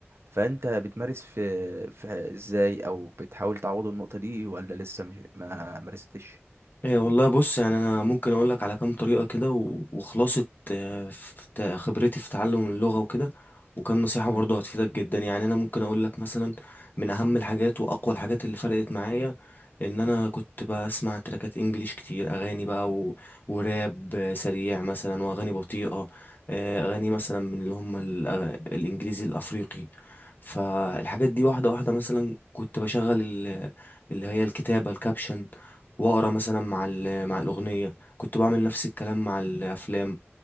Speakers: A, on the right (about 65°); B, on the left (about 45°).
A: فانت بتمارس في, في ازاي او بتحاول تعوض النقطة دي ولا لسه مش ما مارستش
B: ايه والله بص يعني انا ممكن اقول لك على كام طريقه كده و- وخلاصه آه، ف- ت- خبرتي في تعلم اللغه وكده وكام نصيحه
A: مم.
B: برضه هتفيدك جدا يعني انا ممكن اقول لك مثلا من اهم الحاجات واقوى الحاجات اللي فرقت معايا ان انا كنت بسمع تراكات انجليش كتير اغاني بقى و... وراب آه، سريع مثلا واغاني بطيئه آه، اغاني مثلا من اللي هم الأغ- الانجليزي الافريقي فالحاجات دي واحده واحده مثلا كنت بشغل ال- اللي هي الكتابه الكابشن واقرا مثلا مع ال- مع الاغنيه كنت بعمل نفس الكلام مع الافلام